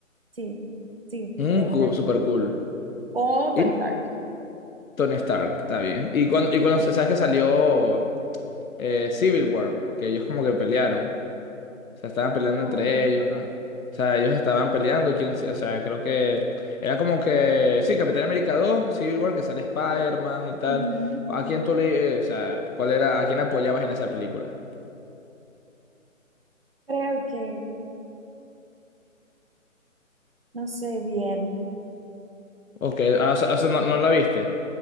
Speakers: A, on the right; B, on the left.
A: sí, sí,
B: Mm,
A: puede
B: cool,
A: ser.
B: super cool.
A: O Tony
B: Y
A: Stark.
B: Tony Stark, está bien. Y cuando, y cuando sabes que salió eh, Civil War, que ellos como que pelearon. O sea, estaban peleando
A: No,
B: entre ellos. ah. O sea, ellos estaban peleando. ¿quién, se- o sea, creo que era como que. Sí, Capitán América 2, Civil War, que sale Spider-Man y tal.
A: ujú.
B: ¿A quién tú le. eh, o sea, cuál era, a quién apoyabas en esa película?
A: Creo que, no sé bien,
B: Ok, ah, o sea, o sea, no, no la viste.